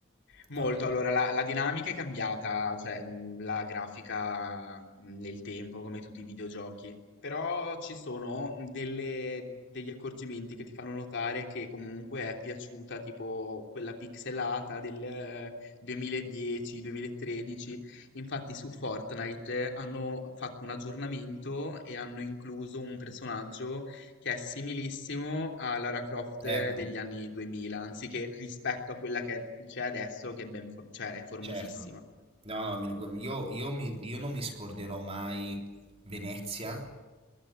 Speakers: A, on the left; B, on the right.
A: Molto,
B: fatto bene.
A: allora la, la dinamica è cambiata, cioè mh, la grafica mh, nel tempo, come tutti i videogiochi. Però ci sono delle- degli accorgimenti che ti fanno notare che comunque è piaciuta, tipo quella pixelata del 2010-2013. Infatti su Fortnite hanno fatto un aggiornamento e hanno incluso un personaggio che è similissimo a Lara Croft
B: Ecco.
A: degli anni 2000, anziché rispetto a quella che c'è adesso, che è ben fo- cioè, è formosissima.
B: Certo. No, no, mi- gu- io, io mi- io non mi scorderò mai Venezia,